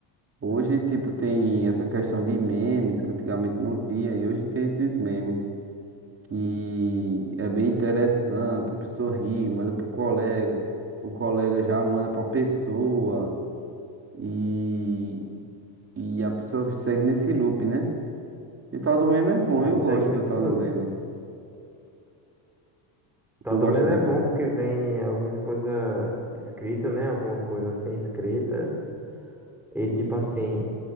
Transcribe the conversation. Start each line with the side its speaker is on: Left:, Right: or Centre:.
Right: hoje, tipo, tem essa questão de memes, que antigamente não tinha, e hoje tem esses memes, que é bem interessante, a pessoa ri, manda pro colega, o colega já manda pra pessoa. E E a pessoa segue nesse loop, né? E o tal do meme é bom,
Centre: E
Right: eu
Centre: segue
Right: gosto
Centre: nesse
Right: do tal
Centre: loop.
Right: do meme.
Centre: Tal
Right: Tu gosta
Centre: do meme
Right: de
Centre: é
Right: meme?
Centre: bom porque vem algumas coisas escritas, né? Alguma coisa sem escrita. E tipo assim,